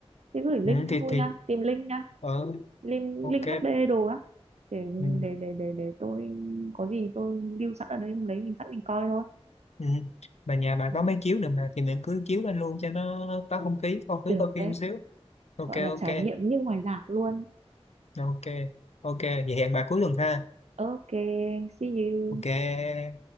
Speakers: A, on the right (about 85°); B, on the left (about 80°).
A: thế gửi link
B: ừ,
A: cho
B: thì
A: tôi
B: thì
A: nha tìm link nha
B: ờ,
A: link
B: ok
A: link HD đồ á để
B: ừ,
A: để để để để tôi có gì tôi lưu sẵn ở đây hôm đấy mình sẵn mình coi thôi
B: ừ. mà nhà bà
A: à,
B: có mấy chiếu nữa mà thì mình cứ chiếu lên luôn cho nó có không khí không khí
A: được
B: coi phim
A: đấy
B: xíu ok
A: gọi là
B: ok
A: trải nghiệm như ngoài rạp luôn
B: ok ok vậy hẹn bà cuối tuần ha
A: ok see you
B: ok